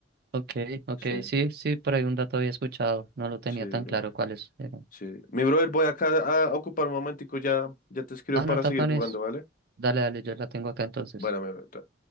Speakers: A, on the right; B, on the left.
A: Ok, ok,
B: Sí,
A: sí, sí, por ahí un dato había escuchado, no lo tenía
B: sí, brother.
A: tan claro cuáles eran.
B: Sí. Mi brother, voy acá a ocupar un momentico, ya, ya te escribo
A: Ah,
B: para
A: no, tapanes,
B: seguir jugando, ¿vale?
A: dale, dale, yo la tengo acá entonces.
B: Bueno, mi brother.